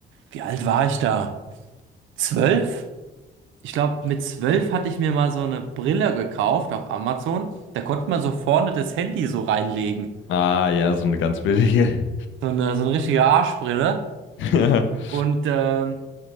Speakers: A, on the right; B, on the left.
A: wie alt war ich da? Zwölf? ich glaube, mit zwölf hatte ich mir mal so eine Brille gekauft auf Amazon. Da konnte man so vorne das Handy so reinlegen.
B: Ah, ja, so eine ganz billige.
A: So eine, so eine richtige Arschbrille.
B: <laughs>
A: Und ähm,